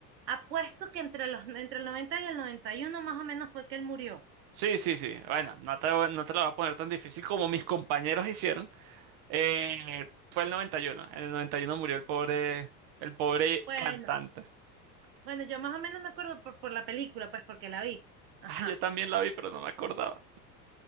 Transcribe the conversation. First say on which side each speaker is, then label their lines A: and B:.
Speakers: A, on the right; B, on the right.
A: apuesto que entre los, entre el noventa y el noventa y uno más o menos fue que él murió.
B: Sí, sí, sí. Bueno, no te, voy- no te la voy a poner tan difícil como mis compañeros hicieron. Eh, fue el 91. En el 91 murió el pobre, el pobre
A: Bueno,
B: cantante.
A: bueno, yo más o menos me acuerdo por, por la película, pues porque la vi. Ajá.
B: Ah, yo también la vi, pero no me acordaba.